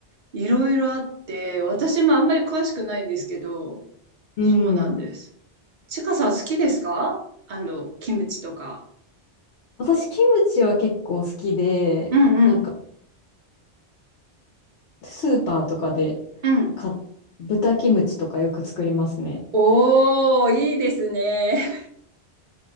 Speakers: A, on the right; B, on the left.
A: いろいろあって、私もあんまり詳しくないんですけど、
B: うん。
A: そうなんです。ちかさん好きですかあの、キムチとか。
B: 私、キムチは結構好きで、
A: うんうん。
B: なんか、スーパーとかで
A: うん。
B: 買っ、豚キムチとかよく作りますね。
A: おー、いいですね。